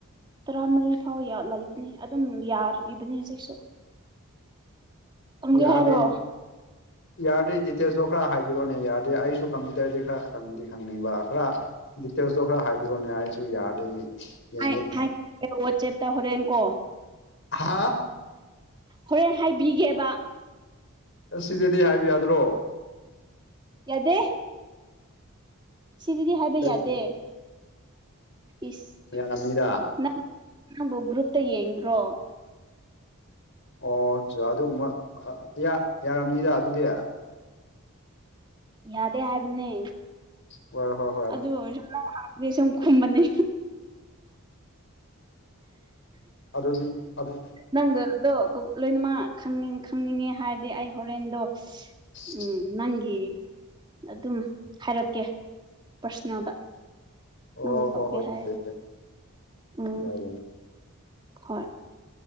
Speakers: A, on the right; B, on the left.
A: ꯇꯔꯥꯃꯔꯤ ꯐꯥꯎ ꯂꯩꯕꯅꯤ ꯑꯗꯨꯝ ꯌꯥꯔꯤꯕꯅꯤ ꯍꯧꯖꯤꯛꯁꯨ ꯇꯝꯒꯦ
B: ꯌꯥꯗꯩꯩꯗꯤ
A: ꯍꯥꯏꯔꯣ
B: ꯌꯥꯔꯗꯤ ꯗꯤꯇꯦꯜꯁꯇꯣ ꯈꯔ ꯍꯥꯏꯕꯤꯔꯣꯅꯦ ꯌꯥꯔꯗꯤ ꯑꯩꯁꯨ ꯀꯝꯄ꯭ꯌꯨꯇꯔꯗꯤ ꯈꯔ ꯈꯪꯗꯤ ꯈꯪꯅꯤꯡꯕ ꯈꯔ ꯗꯤꯇꯦꯜꯁꯇꯣ ꯈꯔ ꯍꯥꯏꯕꯤꯔꯣꯅꯦ ꯑꯩꯁꯨ ꯌꯥꯔꯗꯤ ꯌꯦꯡꯒꯦꯅꯦ
A: ꯑꯩ ꯍꯥꯏꯒꯦꯕꯥ ꯋꯥꯆꯦꯞꯇ ꯍꯣꯔꯦꯟꯀꯣ
B: ꯍꯥꯥ
A: ꯍꯣꯔꯦꯟ ꯍꯥꯏꯕꯤꯒꯦꯕ
B: ꯑꯁꯤꯗꯗꯤ ꯍꯥꯏꯕ ꯌꯥꯗ꯭ꯔꯣ
A: ꯌꯥꯗꯦ ꯁꯤꯗꯗꯤ ꯍꯥꯏꯕ
B: ꯀꯔꯤꯒꯤ
A: ꯌꯥꯗꯦ ꯏꯁ
B: ꯌꯥꯔꯝꯅꯤꯗꯥ
A: ꯅꯪ ꯅꯪꯕꯨ ꯒ꯭ꯔꯨꯞꯇ ꯌꯦꯡꯗ꯭ꯔꯣ
B: ꯑꯣ ꯑꯆꯥ ꯑꯗꯨꯒꯨꯝꯕ ꯌꯥ ꯌꯥꯔꯝꯅꯤꯗ ꯑꯗꯨꯗꯤ
A: ꯌꯥꯗꯦ ꯍꯥꯏꯕꯅꯦ
B: ꯍꯣꯏ ꯍꯣꯢ
A: ꯑꯗꯨꯑꯣꯏꯔꯁꯨ ꯈꯣꯡ ꯍꯥꯝꯕꯒꯤ ꯁꯨꯝ ꯈꯨꯝꯕꯅꯤ
B: ꯑꯗꯨꯗꯤ ꯑꯗꯨ
A: ꯅꯪꯗꯨꯗꯣ ꯀꯣ ꯂꯣꯏꯅꯃꯛ ꯈꯪꯅꯤꯡ ꯈꯪꯅꯤꯡꯉꯦ ꯍꯥꯏꯔꯗꯤ ꯑꯩ ꯍꯣꯔꯦꯟꯗꯣ
B: <inaudible>
A: ꯎꯝ ꯅꯪꯒꯤ ꯑꯗꯨꯝ ꯍꯥꯏꯔꯛꯀꯦ ꯄ꯭ꯔꯁꯅꯦꯜꯗ
B: ꯑꯣ
A: ꯅꯪꯅ
B: ꯍꯣꯏ
A: ꯇꯧꯒꯦ
B: ꯍꯣꯏ
A: ꯍꯥꯏꯔꯗꯤ
B: ꯌꯥꯏ ꯌꯥꯏ
A: ꯎꯝ
B: ꯌꯥꯏ ꯌꯥꯏ
A: ꯍꯣꯏ